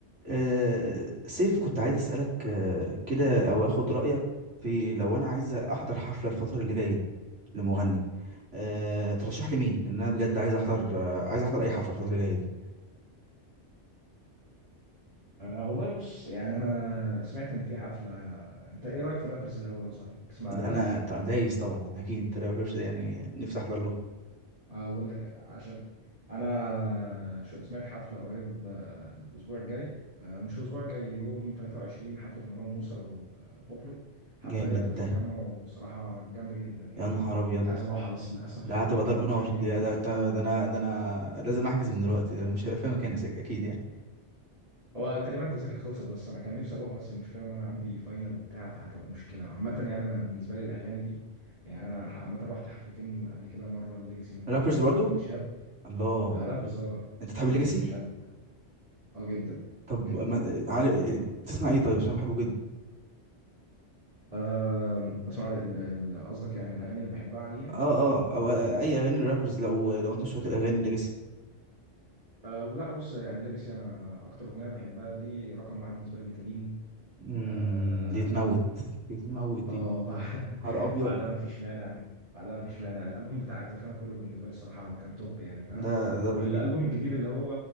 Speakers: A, on the right; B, on the right.
A: آه، سيف كنت عايز أسألك آه، كده أو أخد رأيك في لو أنا عايز أحضر حفلة الفترة اللي جاية لمغني آه، ترشح لي مين؟ لأن أنا بجد
B: مم.
A: عايز أحضر آه، عايز أحضر أي حفلة الفترة اللي جاية دي
B: أه والله بص يعني انا سمعت ان في حفله انت ايه رايك في رابرز الاول صح بتسمع
A: ده
B: راب
A: أنا ط- دايس طبعا أكيد ترافيس سكوت ده يعني نفسي أحضر له
B: اقول لك عشان انا شو- سمعت حفله قريب آه، الاسبوع الجاي آه، مش الاسبوع الجاي يوم 23 حفله مروان موسى وبوبلو الحفله
A: جامد
B: دي هتبقى
A: ده
B: في التجمع وصراحه جامده جدا يعني
A: يا نهار
B: انا
A: أبيض
B: كنت عايز اروحها بس للاسف
A: ده هتبقى
B: اه
A: ضرب نار
B: جامده جدا
A: ده ده أنت- ده أنا ده أنا لازم أحجز من دلوقتي ده مش هيبقى في مكان أسك- أكيد يعني
B: هو تقريبا التذاكر خلصت بس انا كان نفسي اروح بس المشكله ان انا عندي فاينل وبتاع فهتبقى مشكله عامه يعني انا بالنسبه لي الاغاني دي يعني انا عامه رحت حفلتين قبل كده مره ليجاسي ومره
A: رابرز برضو
B: لشاب
A: الله
B: آه، رابرز اه
A: أنت تحب
B: ليجاسي
A: الليجاسي؟
B: وشاب اه جدا
A: طب
B: جدا
A: ما... آه، عارف- آه، تسمع إيه طيب عشان بحبه جدا
B: آم، بسمع ال- ال- قصدك يعني الاغاني اللي بحبها عليه يعني
A: اه اه او اي اغاني الرابرز لو لو انت مش فاكر اغاني ليجاسي
B: أه لا بص يعني ليجاسي انا اكتر اغنيه بحبها ليه رقم واحد بالنسبه لي بتادين
A: امم
B: اه
A: دي تموت دي تموت دي
B: آه، بع-
A: نهار
B: <laughs>
A: ابيض
B: بعدها مفيش مانع بعدها مفيش
A: مم.
B: مانع الالبوم بتاع اجزخانه كله بالنسبه لي الصراحه كان توب يعني فاهم
A: ده ده
B: والالبوم
A: اكيد
B: الجديد اللي هو